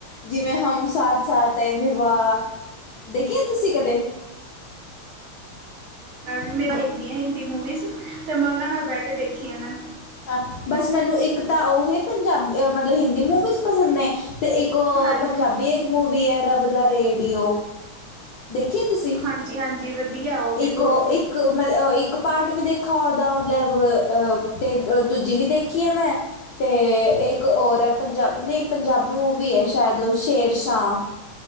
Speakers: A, on the left; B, on the right.
A: ਜਿਵੇਂ ਹਮ ਸਾਥ ਸਾਥ ਹੈ, ਵਿਵਾਹ ਦੇਖੀ ਏ ਤੁਸੀਂ ਕਦੇ?
B: ਮੈਂ ਵੀ ਮੈਂ
A: ਵ-
B: ਦੇਖਦੀ ਆਂ ਹਿੰਦੀ ਮੂਵੀਜ਼ ਤੇ ਮੈਂ ਉਹਨਾਂ ਨਾਲ ਬਹਿ ਕੇ ਦੇਖੀਆਂ ਨੇ।
A: ਹਾਂ, ਬਸ ਮੈਨੂੰ ਇੱਕ ਤਾਂ ਉਹੀ ਪੰਜਾਬ ਮਤਲਬ ਹਿੰਦੀ ਮੂਵੀਜ਼ ਪਸੰਦ ਨੇ ਤੇ ਇੱਕ ਉਹ
B: ਹਾਂਜੀ
A: ਪੰਜਾਬੀ ਇੱਕ ਮੂਵੀ ਐ ਰਬ ਦਾ ਰੇਡੀਓ। ਦੇਖੀ ਏ ਤੁਸੀਂ
B: ਹਾਂਜੀ ਹਾਂਜੀ ਵਧੀਆ ਉਹ ਵੀ
A: ਇੱਕ
B: ਬਹੁਤ
A: ਔ ਇੱਕ ਇੱਕ ਉਹ ਮਤਲ ਇੱਕ ਪਾਰਟ ਵੀ ਦੇਖਾ ਉਹਦਾ ਮਤਲਬ ਤੇ ਦ-ਦੂਜੀ ਵੀ ਦੇਖੀ ਐ ਮੈਂ ਤੇ ਇੱਕ ਔਰ ਹੈ ਪੰਜਾਬ ਨਹੀਂ ਪੰਜਾਬੀ ਮੂਵੀ ਏ ਸ਼ਾਇਦ ਉਹ ਸ਼ੇਰ ਸ਼ਾਹ।